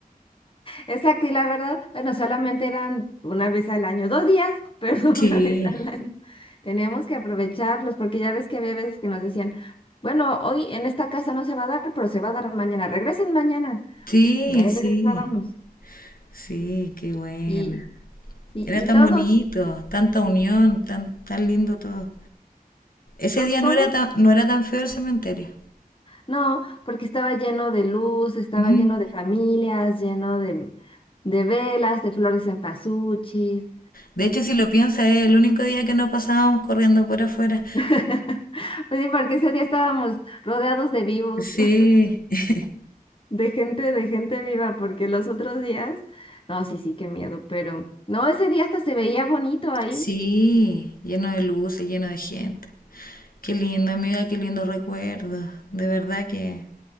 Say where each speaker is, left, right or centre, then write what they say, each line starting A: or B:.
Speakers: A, on the left; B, on the left.
A: Exacto, y la verdad, bueno, solamente eran una vez al año, dos días, pero <laughs> una
B: Sí,
A: vez al año. Teníamos que aprovecharlos porque ya ves que había veces que nos decían, bueno, hoy en esta casa no se va a dar, pero se va a dar mañana, regresen mañana.
B: sí,
A: Y ahí
B: sí,
A: regresábamos.
B: sí, qué buena.
A: Y, y,
B: Era tan
A: y todo,
B: bonito, tanta unión, tan, tan lindo todo. Ese
A: to-
B: día no
A: todo,
B: era tan, no era tan feo el cementerio.
A: no, porque estaba lleno de luz, estaba
B: Ujú.
A: lleno de familias, lleno de, de velas, de flores en pasuchi.
B: De hecho, si lo piensas, es el único día que no pasábamos corriendo por afuera.
A: <laughs> Pues sí, porque ese día estábamos rodeados de vivos.
B: Sí. <laughs>
A: De gente, de gente viva, porque los otros días, no, sí, sí, qué miedo, pero no, ese día hasta se veía bonito ahí.
B: Sí, lleno de luces, lleno de gente. Qué lindo, amiga, qué lindos recuerdos. De verdad que